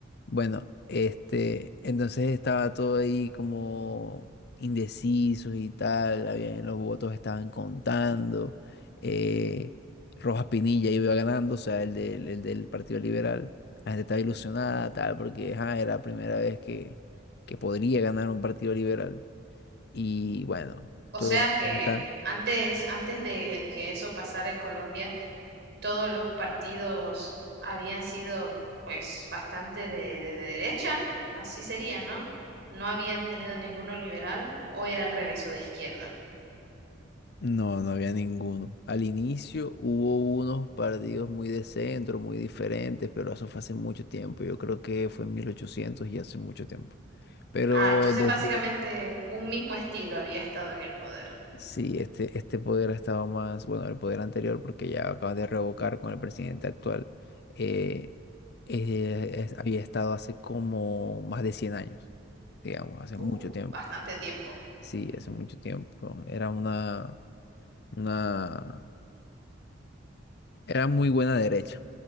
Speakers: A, on the left; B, on the right.
A: Bueno, este, entonces estaba todo ahí como indecisos y tal, había- los votos estaban contando, eh, Rojas Pinilla iba ganando, o sea, el del, el del Partido Liberal, la gente estaba ilusionada, tal, porque ajá, era la primera vez que, que podría ganar un Partido Liberal, y bueno,
B: O
A: todo
B: sea
A: lo
B: que
A: que está...
B: antes, antes de que eso pasara en Colombia, todos los partidos habían sido pues bastante de, de derecha, así sería, ¿no? No habían tenido ninguno liberal o era al revés o de izquierda.
A: No, no había ninguno. Al inicio hubo unos partidos muy de centro, muy diferentes, pero eso fue hace mucho tiempo. Yo creo que fue en 1800 y hace mucho tiempo. Pero
B: Ah, entonces
A: desde,
B: básicamente un mismo estilo había estado en el poder.
A: sí, este, este poder ha estado más, bueno, el poder anterior, porque ya acaban de revocar con el presidente actual, eh, eh, es- había estado hace como más de 100 años, digamos, hace mucho
B: Uh,
A: tiempo.
B: bastante tiempo,
A: Sí, hace mucho tiempo. Era una, una Era muy buena derecha,